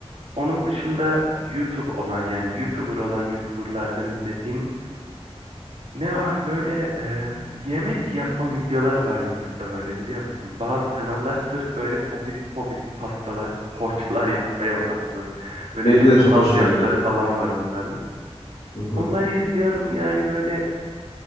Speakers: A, on the right; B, on the left.
A: Onun dışında YouTube olan yani YouTuber olan YouTuberlardan izlediğim ne var böyle e, yemek yapma videoları var YouTube'da böyle biliyor musunuz? Bazı kanallar sırf böyle pofidik pofidik pastalar, poğaçalar yapmaya odaklı. Böyle
B: Benim
A: Japon
B: de çok
A: alt
B: hoşuma
A: yazıları
B: gidiyor.
A: falan var onların.
B: Hı hı.
A: Onları izliyorum yani böyle